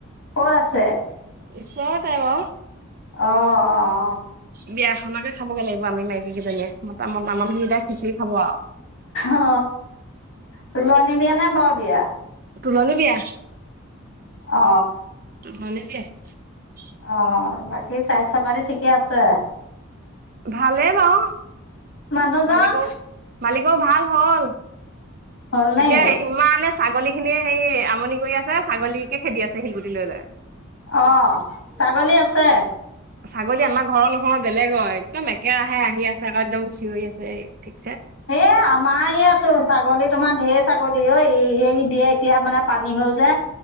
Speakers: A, on the left; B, on the right.
A: ক'ত আছে।
B: ঈশ্বৰ টাইপ অ।
A: অহ অহ অহ।
B: বিয়াখনকে খাবগৈ লাগিব আমি মাইকী কেইজনীয়ে মতা মতামানুহ কেইটাই খিচিৰি খাব আৰু।
A: অ তুলনী বিয়া নে বৰ বিয়া।
B: তুলনী বিয়া।
A: অ।
B: তোলনি <inaudible>
A: অহ বাকী স্বাস্থ্য পাতি ঠিকে আছে।
B: ভালেই বাৰু
A: মানুহজন
B: মালিকও মালিকও ভাল হল।
A: হ'ল নে
B: এতিয়া ইমানে ছাগলী খিনিয়ে হেৰি আমাৰ। আমনি কৰি আছে ছাগলীকে খেদি আছে শিলগুটি লৈ লৈ।
A: অ ছাগলী আছে।
B: ছাগলী আমাৰ ঘৰৰ নহয় বেলেগৰ একদম একেৰাহে আহি আছে আকৌ একদম চিঞৰি আছে ঠিক।
A: এ আমাৰ ইয়াতো ছাগলী। তোমাৰ ঢেৰ ছাগলী ঐ <unintelligible> দিয়ে এতিয়া মানে পানী হ'ল যে।